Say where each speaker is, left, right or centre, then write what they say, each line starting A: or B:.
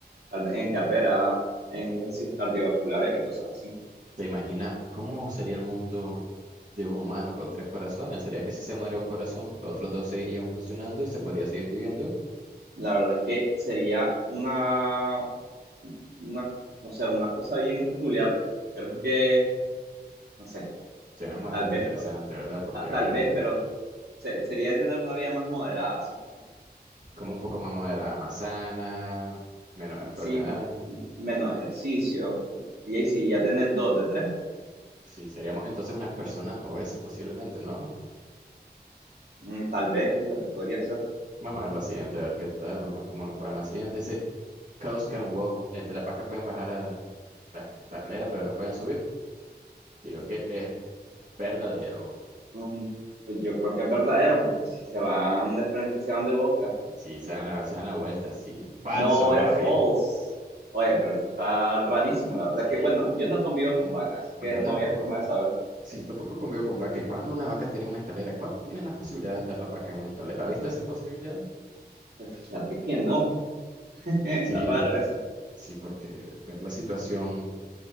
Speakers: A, on the right; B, on the right.
A: tal vez en carrera, en ejercicios cardiovasculares y cosas así.
B: ¿Te imaginas cómo sería el mundo de un humano con tres corazones? ¿Sería que si se muere un corazón, los otros dos seguirían funcionando y se podría seguir viviendo?
A: La verdad es que sería una, una, no sé, una cosa bien peculiar. Creo que, no sé,
B: Suena bastante
A: tal vez,
B: interesante, ¿verdad? Porque,
A: ta- tal
B: a ver,
A: vez,
B: un-
A: pero se- sería de tener una vida más moderada, sí,
B: como un poco más moderada, más sana, menos enfermedades.
A: sí, menos ejercicio. Y ahí si ya tenés dos de tres,
B: Sí, seríamos entonces unas personas obesas posiblemente, ¿no?
A: mm, tal vez, fíjate, podría ser.
B: Vamos a ver la siguiente, a ver qué tal, vamos a ver cómo nos va en la siguiente. Dice, cows can walk, este, las vacas pueden bajar a la escalera, pero no pueden subir. Digo que es verdadero.
A: mm, pues yo creo que es verdadero, porque si se van de frente, se van de boca.
B: Sí, se dan la, se dan la vuelta, sí. Falso.
A: No, era false.
B: <laughs>
A: Oye, pero esto está rarísimo. La verdad
B: Sí,
A: que, bueno, yo no convivo con vacas, así que
B: yo
A: no
B: tampoco.
A: había forma de saber.
B: Sí, tampoco convivo con vaca. ¿Y cuando una vaca tiene una escalera? ¿Cuánto tienen las posibilidades de estar las vacas en una escalera? ¿Ha visto esa posibilidad?
A: Pues fíjate que no. <laughs> Está
B: Sí,
A: raro
B: porque,
A: eso.
B: sí, porque ver la situación.